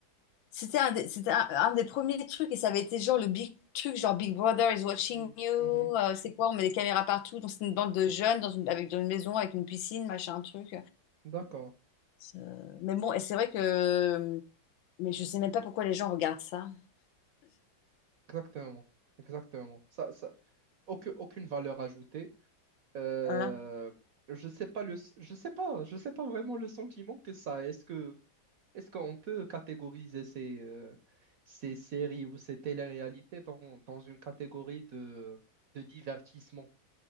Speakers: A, on the left; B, on the right.
A: C'était un, des- c'était un, un des premiers trucs. Et ça avait été genre le big truc, genre Big Brother is watching
B: Mhm.
A: you.
B: Mhm.
A: euh, c'est quoi? On met des caméras partout. Donc, c'est une bande de jeunes dans une, avec, dans une maison, avec une piscine, machin, truc.
B: D'accord.
A: Euh, mais bon, et c'est vrai que... Mais je sais même pas pourquoi les gens regardent ça.
B: Exactement. Exactement. Ça, ça... aucu- Aucune, valeur ajoutée. Euh,
A: Voilà.
B: Je sais pas le... je sais pas, je sais pas vraiment le sentiment que ça a. Est-ce que Est-ce qu'on peut catégoriser ces, euh, ces séries ou ces téléréalités dans, dans une catégorie de, de divertissement?